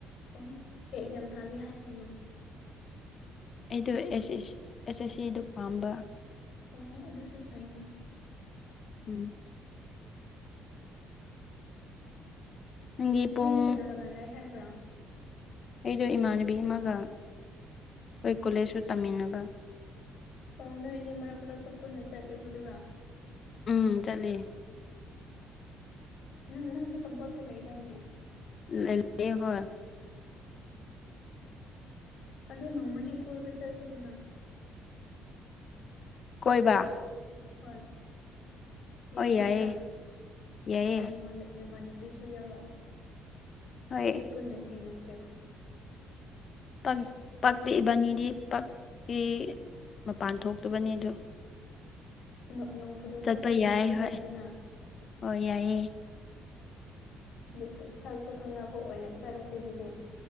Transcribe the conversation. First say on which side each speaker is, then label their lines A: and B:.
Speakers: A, on the left (about 65°); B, on the left (about 50°).
A: ꯑꯣ ꯀꯩ ꯑꯦꯛꯖꯥꯝ ꯊꯥꯒꯦ ꯍꯥꯏꯔꯤꯅꯣ
B: ꯑꯩꯗꯣ ꯑꯦꯁ ꯑꯦꯁ ꯑꯦꯁ ꯑꯦꯁ ꯁꯤꯗꯣ ꯄꯥꯝꯕ
A: ꯑꯣ ꯑꯗꯨꯁꯨ ꯐꯩꯅꯦ
B: ꯎꯝ ꯅꯪꯒꯤ ꯄꯨꯡ
A: ꯅꯪꯗꯤ ꯀꯅꯥ ꯀꯅꯥ ꯂꯩ ꯍꯥꯏꯕ꯭ꯔꯥ
B: ꯑꯩꯗꯣ ꯏꯃꯥꯟꯅꯕꯤ ꯑꯃꯒ ꯑꯩ ꯀꯣꯂꯦꯖꯁꯨ ꯇꯝꯃꯤꯟꯅꯕ
A: ꯑꯣ ꯅꯣꯏ ꯑꯅꯤ ꯃꯔꯛ ꯃꯔꯛꯇ ꯄꯨꯟꯅ ꯆꯠꯂꯤꯕꯗꯨꯔꯣ
B: ꯎꯝ ꯆꯠꯂꯤ
A: ꯎꯝ ꯅꯪ ꯅꯪꯁꯨ ꯇꯝꯄꯥꯛꯇ ꯂꯩꯗꯥꯏꯅꯦ
B: ꯂꯜ ꯑꯩ ꯍꯣꯏ
A: ꯎꯝ ꯑꯗꯨ ꯅꯣꯡꯃꯗꯤ ꯀꯣꯏꯕ ꯆꯠꯁꯤꯗꯅ
B: ꯀꯣꯏꯕ
A: ꯍꯣꯏ ꯌꯥꯕ
B: ꯍꯣꯏ ꯌꯥꯏꯌꯦ
A: ꯅꯠꯇ꯭ꯔꯥ
B: ꯌꯥꯏꯌꯦ
A: ꯅꯃꯥꯟꯅ ꯅꯃꯥꯟꯅꯕꯤꯁꯨ ꯌꯥꯎꯔꯛꯑꯣ
B: ꯑꯩ
A: ꯑꯩꯈꯣꯏ ꯄꯨꯟꯅ ꯊꯦꯡꯅꯁꯦꯕ
B: ꯄꯛ ꯄꯥꯛꯇꯦ ꯏꯕꯥꯅꯤꯗꯤ ꯄꯛꯏ ꯃꯄꯥꯟ ꯊꯣꯛꯇꯕꯅꯤ ꯗꯨ
A: ꯅꯣ ꯅꯣꯡꯐꯗꯣꯛ
B: ꯆꯠꯄ
A: ꯀꯣꯏꯕ ꯆꯠꯄꯗꯤ
B: ꯌꯥꯏ ꯍꯣꯏ
A: ꯌꯥꯏꯗꯅ
B: ꯍꯣꯏ ꯌꯥꯏꯌꯦ
A: ꯂꯤꯀ ꯁꯛꯁꯨ ꯈꯪꯅꯕ ꯑꯣꯏꯅ ꯆꯠꯂꯁꯦ ꯑꯗꯨꯗꯤ